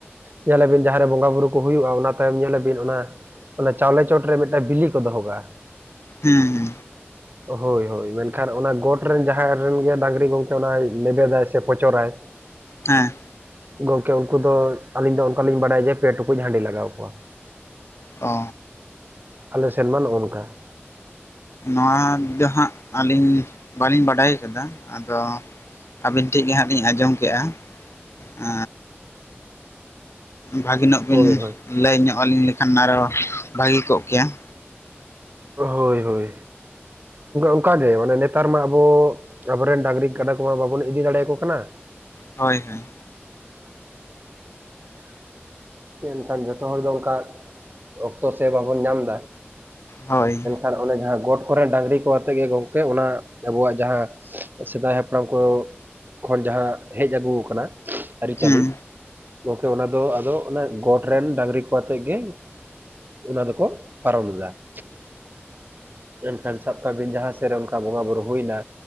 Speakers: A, on the right (about 45°); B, on the left (about 75°).
A: ᱧᱮᱞ ᱞᱟᱵᱤᱱ ᱡᱟᱦᱟᱸᱨᱮ ᱵᱚᱸᱜᱟᱼᱵᱩᱨᱩ ᱠᱚ ᱦᱩᱭᱩᱜᱼᱟ ᱚᱱᱟ ᱛᱟᱭᱚᱢ ᱧᱮᱞ ᱟᱹᱵᱤᱱ ᱚᱱᱟ᱾ ᱚᱱᱟ ᱪᱟᱣᱞᱮ ᱪᱚᱴ ᱨᱮ ᱢᱤᱫᱴᱟᱝ ᱵᱤᱞᱤ ᱠᱚ ᱫᱚᱦᱚ ᱠᱟᱜᱼᱟ ᱾
B: ᱦᱮᱸ ᱦᱮᱸ
A: ᱦᱳᱭ ᱦᱳᱭ ᱢᱮᱱᱠᱷᱟᱱ ᱚᱱᱟ ᱜᱚᱴ ᱨᱮᱱ ᱡᱟᱦᱟᱸᱭ ᱨᱮᱱ ᱜᱮ ᱰᱟᱹᱝᱨᱤ ᱜᱚᱢᱠᱮ ᱚᱱᱟᱭ ᱞᱮᱵᱮᱫᱟᱭ ᱥᱮ ᱯᱚᱪᱚᱨᱟᱭ᱾ <unintelligible>
B: ᱦᱮᱸ
A: ᱜᱚᱝᱠᱮ ᱩᱱᱠᱩ ᱫᱚ ᱟᱹᱞᱤᱧ ᱫᱚ ᱚᱱᱠᱟ ᱞᱤᱧ ᱵᱟᱲᱟᱭᱟ ᱡᱮ ᱯᱮ ᱴᱩᱠᱩᱡ ᱦᱟᱺᱰᱤ ᱞᱟᱜᱟᱣᱟ ᱠᱚᱣᱟ᱾
B: ᱚ
A: ᱟᱞᱮ ᱥᱮᱱ ᱢᱟ ᱱᱚᱜᱼᱚ ᱱᱚᱝᱠᱟ ᱾
B: ᱱᱚᱣᱟ ᱫᱚᱦᱟᱸᱜ ᱟᱹᱞᱤᱧ ᱵᱟᱹᱞᱤᱧ ᱵᱟᱰᱟᱭ ᱟᱠᱟᱫᱟ ᱟᱫᱚ ᱟᱹᱵᱮᱱ ᱴᱷᱤ ᱜᱮ ᱦᱟᱸᱜ ᱞᱤᱧ ᱟᱸᱡᱚᱢ ᱠᱮᱜᱼᱟ, ᱟᱻ ᱵᱷᱟᱹᱜᱤ ᱧᱚᱜ
A: ᱦᱳᱭ
B: ᱵᱤᱱ
A: ᱦᱳᱭ
B: ᱞᱟᱹᱭ ᱧᱚᱜ ᱟᱹᱞᱤᱧ ᱞᱮᱠᱷᱟᱱ ᱟᱨᱚ ᱵᱷᱟᱹᱜᱤ ᱠᱚᱜ ᱠᱮᱭᱟ ᱾
A: ᱦᱳᱭ ᱦᱳᱭ ᱚᱱᱠᱟᱜᱮ ᱢᱟᱱᱮ ᱱᱮᱛᱟᱨ ᱢᱟ ᱟᱵᱚ ᱟᱵᱚᱨᱮᱱ ᱰᱟᱹᱝᱨᱤ ᱜᱟᱰᱟ ᱠᱚᱢᱟ ᱵᱟᱵᱚᱱ ᱤᱫᱤ ᱫᱟᱲᱮᱭᱟᱠᱚ ᱠᱟᱱᱟ ᱾
B: ᱦᱳᱭ ᱦᱳᱭ᱾
A: ᱮᱱᱠᱷᱟᱱ ᱡᱚᱛᱚ ᱦᱚᱲ ᱫᱚ ᱚᱱᱠᱟ ᱚᱠᱛᱚ ᱥᱮ ᱵᱟᱵᱚᱱ ᱧᱟᱢ ᱫᱟ᱾
B: ᱦᱳᱭ᱾
A: ᱟᱨ ᱚᱱᱮ ᱡᱟᱦᱟᱸ ᱜᱚᱴ ᱠᱚᱨᱮ ᱰᱟᱹᱝᱨᱤ ᱠᱚ ᱟᱛᱮ ᱜᱮ ᱜᱚᱢᱠᱮ ᱚᱱᱟ ᱟᱵᱚᱣᱟᱜ ᱡᱟᱦᱟᱸ ᱥᱮᱫᱟᱭ ᱦᱟᱯᱲᱟᱢ ᱠᱚ ᱠᱷᱚᱱ ᱡᱟᱦᱟᱸ ᱦᱮᱡ ᱟᱹᱜᱩ ᱟᱠᱟᱱᱟ ᱟᱹᱨᱤᱪᱟᱹᱞᱤ
B: ᱦᱮᱸ
A: ᱜᱚᱢᱠᱮ ᱚᱱᱟ ᱫᱚ ᱟᱫᱚ ᱚᱱᱟ ᱜᱚᱴ ᱨᱮᱱ ᱰᱟᱝᱨᱤ ᱠᱚ ᱟᱛᱮᱜ ᱜᱮ ᱚᱱᱟ ᱫᱟᱠᱚ ᱯᱚᱨᱚᱢ ᱮᱫᱟ ᱾ ᱢᱮᱱᱠᱷᱟᱱ ᱥᱟᱵ ᱠᱟᱜ ᱵᱤᱱ ᱡᱟᱦᱟᱸ ᱥᱮᱫ ᱨᱮ ᱚᱱᱠᱟ ᱵᱚᱸᱜᱟ ᱵᱩᱛᱩ ᱦᱩᱭᱱᱟ